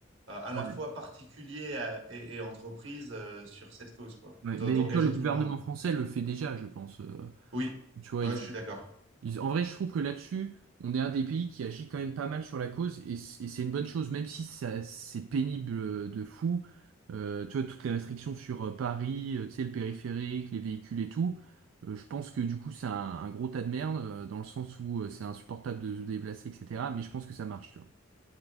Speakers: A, on the right; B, on the right.
A: à à
B: Ouais.
A: la fois particuliers à- et, et entreprises euh, sur cette cause, quoi.
B: Ouais.
A: D'en-
B: Mais
A: D'engager
B: tu vois, le gouvernement
A: tout le monde.
B: français le fait déjà, je pense. Euh,
A: Oui,
B: tu vois,
A: moi
B: ils
A: je suis d'accord.
B: Ils- En vrai, je trouve que là-dessus, on est un des pays qui agit quand même pas mal sur la cause et c- et c'est une bonne chose, même si ça- c'est pénible euh, de fou. Euh, tu vois, toutes les restrictions sur euh, Paris, euh, tu sais, le périphérique, les véhicules et tout. euh, je pense que du coup, c'est un, un gros tas de merde euh, dans le sens où euh, c'est insupportable de se déplacer, etc. Mais je pense que ça marche, tu vois.